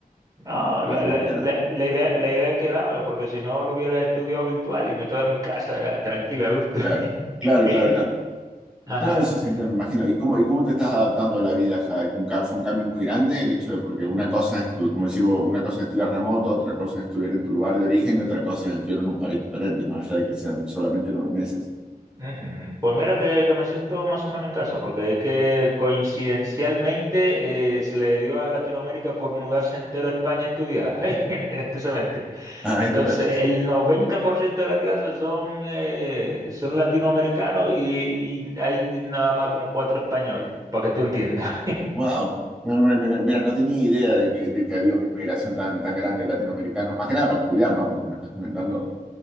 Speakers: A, on the right; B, in the centre.
A: No,
B: a,
A: la,
B: a Dominicana.
A: la, la, la idea, la idea es quedarme, porque si no lo hubiera estudiado virtual y me quedo en mi casa tranquilo, a gusto.
B: Claro, claro,
A: <laughs>
B: claro, claro.
A: Ajá.
B: No, no, sí, sí, me imagino. ¿Y cómo, y cómo te estás adaptando a la vida ya? Es un, ca- fue un cambio muy grande el hecho de, porque una cosa es, estu- como decimos, una cosa es estudiar remoto, otra cosa es estudiar en tu lugar de origen y otra cosa es estudiar en un país diferente, más allá de que sean solamente nueve meses.
A: Ujú. Pues mira que, que me siento más o menos en casa, porque es que coincidencialmente eh, se le dio a Latinoamérica por mudarse entero a España a estudiar <laughs> en, en este semestre.
B: Ay,
A: Entonces,
B: no, ca-
A: el 90% de la clase son, eh, son latinoamericanos y, y hay nada más como cuatro españoles, para que tú entiendas.
B: wow. No, no, me- me- Mira, no tenía idea de que, de que había una inmigración tan, tan grande de latinoamericanos, más que nada para estudiar, ¿no? Porque me estás comentando.
A: <laughs>